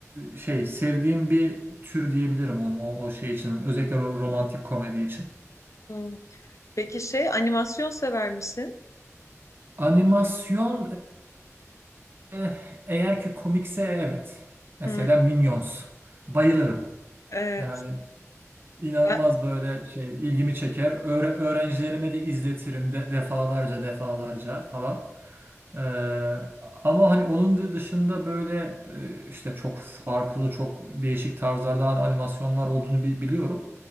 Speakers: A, on the right; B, on the left.
A: şey sevdiğim bir tür diyebilirim onu, o, o şey için. Özellikle ro- romantik komedi için.
B: Hmm. Peki şey animasyon sever misin?
A: Animasyon e, eğer ki komikse evet. Mesela
B: Hmm.
A: Minions. Bayılırım.
B: Ee,
A: Yani inanılmaz
B: Ben-
A: böyle şey ilgimi çeker. Öğre- öğrencilerime de izletirim de defalarca defalarca falan. Ee, ama hani onun dı- dışında böyle e, işte çok farklı çok değişik tarzlarda an- animasyonlar olduğunu bi- biliyorum.